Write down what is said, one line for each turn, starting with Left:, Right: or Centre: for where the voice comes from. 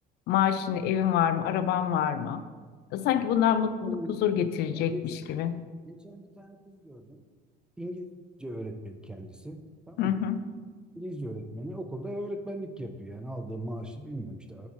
Left: Maaşın, evin var mı? Araban var mı? E, Sanki bunlar mutluluk,
Centre: Aynen ya.
Left: huzur getirecekmiş
Centre: Ya geçen
Left: gibi.
Centre: geçen bir tane kız gördüm. İngilizce öğretmeni kendisi. Tamam
Left: Hı hı.
Centre: mı? İngilizce öğretmeni okulda öğretmenlik yapıyor. Yani aldığı maaşı bilmiyorum işte